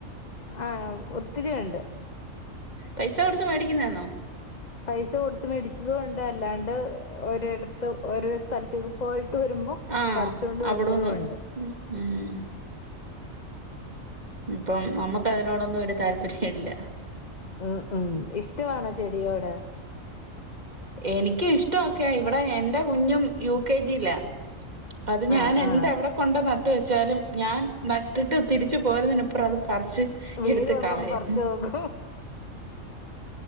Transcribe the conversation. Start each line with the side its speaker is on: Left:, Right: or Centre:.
Left: ആഹ ഒത്തിരി ഉണ്ട്
Right: പൈസ കൊടുത്ത് മേടിക്കുന്നേ ആന്നോ
Left: പൈസ കൊടുത്ത് മേടിച്ചതും ഒണ്ട് അല്ലാണ്ട് ഓരെടത്ത് ഓരോ സ്ഥലത്തേക്ക് പോയിട്ട് വരുമ്പോ
Right: ആഹ്
Left: പറിച്ചോണ്ട്
Right: അവിടന്ന്
Left: വരുന്നതും ഉണ്ട്
Right: ഉം ഇപ്പം നമ്മുക്ക് അതിനോടൊന്നും ഒരു താല്പര്യം ഇല്ല
Left: ഉം ഉം ഇഷ്ടവാണോ ചെടിയോട്
Right: എനക്ക് ഇഷ്ടം ഒക്കെയ ഇവിടെ എന്റെ കുഞ്ഞും യു കെ ജി ലാ അത് ഞാൻ
Left: ആഹ്
Right: എന്ത്
Left: ആഹ്
Right: അവിടെ കൊണ്ട നട്ട് വെച്ചാലും ഞാൻ നട്ടിട്ട് തിരിച്ച് പോരുന്നതിനപ്പുറം അത് പറിച്ച്
Left: വേര്
Right: എടുത്ത്
Left: വന്നൊന്ന്
Right: കളയും
Left: പറച്ച് നോക്കും